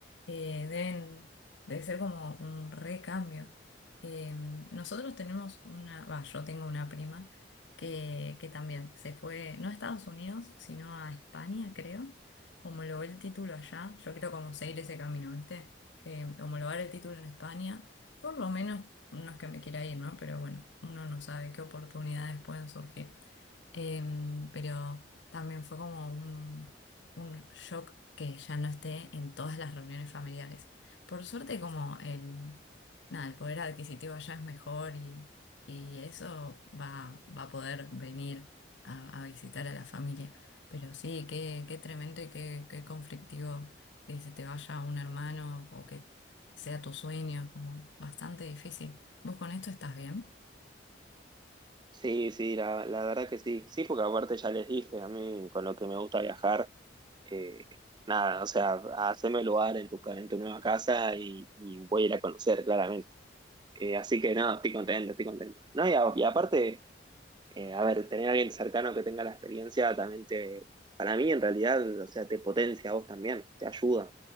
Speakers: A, on the left; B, on the right.
A: eh, deben, debe ser como un re cambio. Eh, nosotros tenemos una, va, yo tengo una prima que, que también se fue, no a Estados Unidos, sino a España, creo, homologó el título allá, yo quiero como seguir ese camino, ¿viste? Eh, homologar el título en España por lo menos, no es que me quiera ir, ¿no? Pero bueno, uno no sabe qué oportunidades pueden surgir. Em, pero también fue como un, un shock que ya no esté en todas las reuniones familiares. Por suerte, como el, nada, el poder adquisitivo allá es mejor y, y eso va, va a poder venir a, a visitar a la familia. Pero sí, qué, qué tremendo y qué, qué conflictivo que se te vaya un hermano o que sea tu sueño, como bastante difícil. ¿Vos con esto estás bien?
B: Sí, sí, la, la verdad que sí. Sí, porque aparte ya les dije, a mí con lo que me gusta viajar. eh, nada, o sea, haceme lugar en tu, ca- en tu nueva casa y, y voy a ir a conocer, claramente. Eh, así que no, estoy contento, estoy contento. No, y, a- y aparte, eh, a ver, tener a alguien cercano que tenga la experiencia también te, para mí en realidad, o sea, te potencia a vos también, te ayuda.